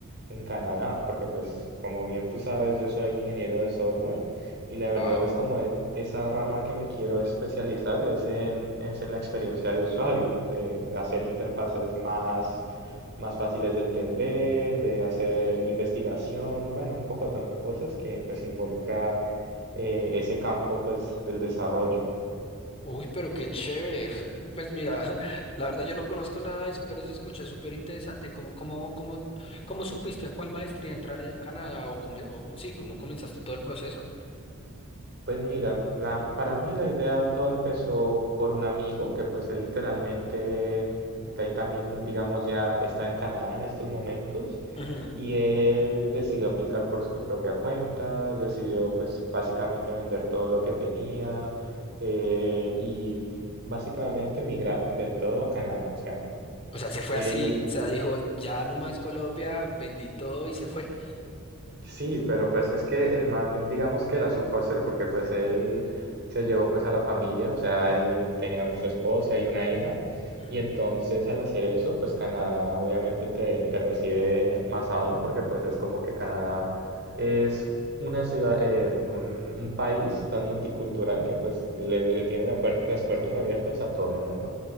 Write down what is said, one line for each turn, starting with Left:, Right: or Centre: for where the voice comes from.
Right: en Canadá, porque pues como bien tú sabes, yo soy ingeniero de software y
Left: Wow.
Right: la verdad es como e- esa rama que me quiero especializar es en, es en la experiencia de usuario, de hacer interfaces más, más fáciles de entender, de hacer investigación, bueno, un pocotón de cosas que pues involucra eh, ese campo pues del desarrollo.
Left: Uy, pero qué chévere. <laughs> Pues mira, la verdad yo no conozco nada de eso, pero se escucha súper interesante. ¿Cómo, cómo, cómo, cómo supiste a cuál maestría entrar allá en Canadá? O, come- o sí, ¿cómo comenzaste todo el proceso?
Right: Pues mira, la- para mí la idea todo empezó por un amigo que pues él literalmente, él también digamos ya está en Canadá en estos momentos
Left: Ujú.
Right: y él decidió aplicar por su propia cuenta, decidió pues básicamente vender todo lo que tenía eh, y básicamente migrar del todo a Canadá. O sea,
Left: O sea, se fue
Right: él
Left: así. O sea, dijo, ya nomás Colombia, vendí todo y se fue.
Right: Sí, pero pues es que el man, digamos que la supo hacer, porque pues él se llevó pues a la familia, o sea, él tenía pues, su esposa y una hija,
Left: Ujú.
Right: y entonces al hacer eso, pues Canadá obviamente te, te recibe más aún, porque pues es como que Canadá es una ciudad, eh, un, un país tan multicultural que pues le, le tiene la puer- las puertas abiertas a todo el mundo.